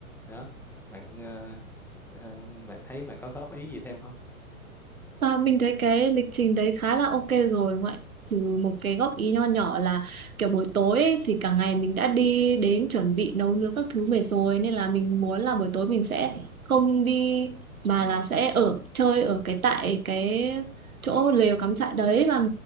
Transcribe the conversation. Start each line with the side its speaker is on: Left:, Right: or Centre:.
Centre: đó bạn ờ, ờ, bạn thấy bạn có góp ý gì thêm không
Right: À, mình thấy cái lịch trình đấy khá là ok rồi ngoại trừ một cái góp ý nho nhỏ là kiểu buổi tối ấy, thì cả ngày mình đã đi đến chuẩn bị nấu nướng các thứ về rồi nên là mình muốn là buổi tối mình sẽ không đi mà
Centre: Ờ,
Right: là sẽ ở chơi ở cái tại cái chỗ lều cắm trại đấy và